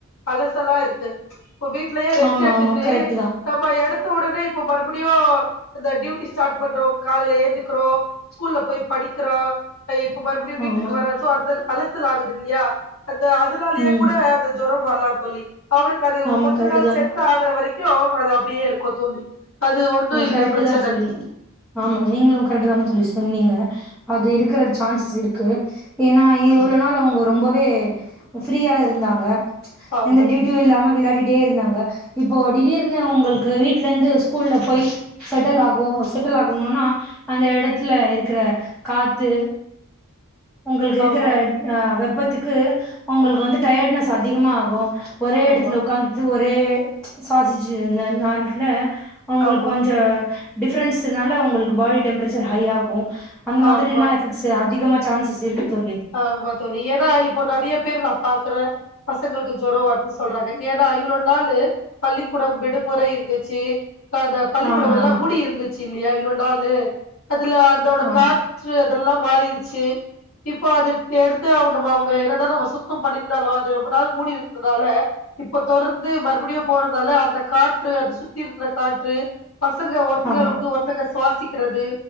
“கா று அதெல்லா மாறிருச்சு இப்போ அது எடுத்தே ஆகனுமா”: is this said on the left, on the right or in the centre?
Left